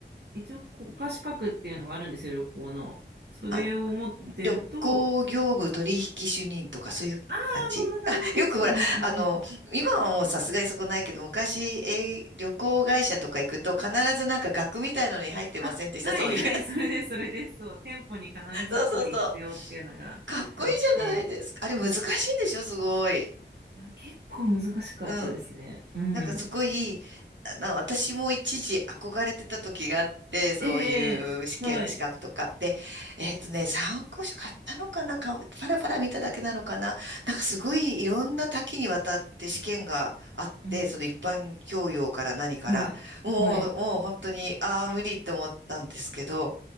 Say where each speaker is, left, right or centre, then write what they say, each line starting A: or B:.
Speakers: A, on the right (about 60°); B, on the right (about 85°).
A: 一応国家資格っていうのがあるんですよ、旅行の。それを持ってると、
B: あ、旅行業務取引主任とかそういう感じあ、
A: ああ、そんな感じです。
B: よくほら、
A: そうです <laughs>
B: あの、今はもうさすがにそこないけど、昔、えー旅行会社とか行くと必ずなんか額みたいなのに入ってませんでした、
A: あ、はい、
B: そういう。
A: はい、それです、それです。そう、店舗に必ず一人必要っていうのがあって、
B: そうそうそう。かっこいいじゃないですか。あれ難しいんでしょすごい。
A: いや、結構難しかったですね。
B: うん。
A: うん。
B: なんかすごい、あの、私も一時憧れてた時があって、そういう試験、
A: ええ、はい。
B: 資格とか。で、えっとね、参考書買ったのかなか、パラパラ見ただけなのかななんかすごいいろんな多岐にわたって試験があって、
A: うん。
B: その一般教養から何から、
A: はい。
B: もう、
A: はい。
B: もう本当に、ああ、無理って思ったんですけど、